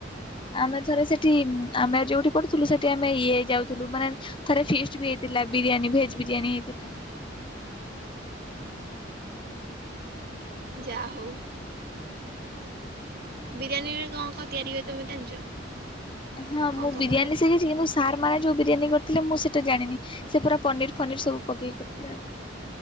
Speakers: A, on the left; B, on the right.
A: ଆମେ ଥରେ ସେଠି ଆମେ ଯୋଉଠି ପଢୁଥିଲୁ ସେଠି ଆମେ ଇଏ ହେଇ ଯାଉଥିଲୁ ମାନେ ଥରେ ଫିଷ୍ଟ ବି ହେଇଥିଲା ବିରିୟାନୀ ଭେଜ୍ ବିରିୟାନୀ ହେଇଥିଲା।
B: ଯା ହଉ। ବିରିୟାନୀରେ କଣ କଣ ତିଆରି ହୁଏ ତମେ ଜାଣିଛ?
A: ହଁ ମୁଁ
B: କଣ କଣ
A: ବିରିୟାନୀ
B: ପଡେ
A: ସିକି କିନ୍ତୁ ସାର୍ ମାନେ ଯୋଉ ବିରିୟାନୀ କରିଥିଲେ ମୁଁ ସେଇଟା ଜାଣିନି ସେ ପୁରା ପନିରି ଫନିରି ସବୁ ପକେଇକ କରିଥିଲେ।